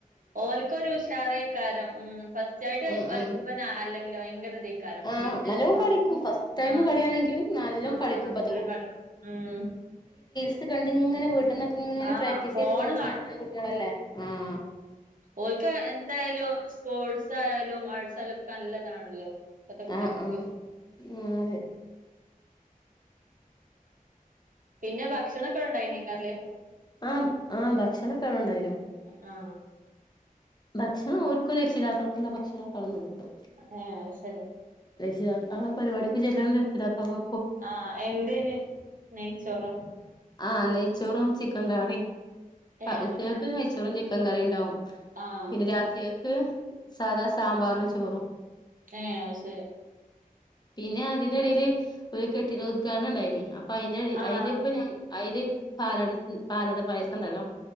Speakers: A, on the right; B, on the left.
A: ഓലക്ക് ഒരു ഉഷാറേകാരം ഉം ഫസ്റ്റ്യായിട്ടു ക
B: ആഹ്
A: കളിക്കുമ്പോ
B: ആഹ്
A: അല്ലെങ്കില് ഭയങ്കര ധികാരം
B: ആഹ്
A: പിന്നെ
B: നല്ലോം
A: ആ
B: കളിക്കും ഫസ്റ്റ് ടൈം
A: ആ
B: കളിയാണെങ്കിലും നല്ലോം
A: ആ
B: കളിക്കും ഇപ്പത്തെ
A: എല്ലാം കളിക്കും ഉം
B: ത്തെ കണ്ടു ഇങ്ങനെ പെട്ടന്നൊക്കെ ഇങ്ങനെ
A: ആഹ്
B: പ്രാക്ടീസ്
A: ഫോണ്
B: ചെയ്ത് കളിച്ച് നടക്കുന്ന കുട്ടികളല്ലേ ആ ആ
A: ഓൽക്ക എന്തായാലും സ്പോർട്സ് ആയാലും ആഴ്സോലൊക്കെ നല്ലതാണല്ലോ ഇപ്പത്തെ കുട്ടികൾക്കൊക്കെ
B: ആ ആ ആ അതെ
A: പിന്നെ ഭക്ഷണൊക്കെ ഉണ്ടായി നീക്കാറല്ലേ
B: ആ ആ ഭക്ഷണൊക്കെ അവിടെണ്ടായിനു
A: ആ ആ
B: ഭക്ഷണം ഓൽക്കും രക്ഷിതാക്കൾക്കുള്ള ഭക്ഷണം ക്കെ അവ്ട്ന്നു കിട്ടും.
A: ഏ അ ശര
B: രക്ഷിതാക്ക ആ പരിപാടിക്ക് ചെല്ലുന്ന രക്ഷിതാക്കക്കോ
A: ആ എന്തേനി നെയ്ച്ചോറോ?
B: ആ നെയ്ച്ചോറും ചിക്കൻ കറിം. ആ
A: ഏഹ്
B: ഉച്ചക്കക്ക്
A: അത് ശരി
B: നെയ്ച്ചോറും ചി ചിക്കൻകറി ണ്ടാവും.
A: ആഹ്
B: പിന്നെ രാത്രി ക്ക് സാധാ സാമ്പാറും ചോറും.
A: ഏഹ് അത് സെരി
B: പിന്നെ അതിനെടെല് ഒരു കെട്ടിടാ ഉദ്ഘാടനം ഉണ്ടായിനി അ പ്പൊ അയിന്റെ
A: ആഹ്
B: അതില് ഇപ്പ ഞാൻ അയില് പാലട പാലട പായസം ഒണ്ടല്ലോ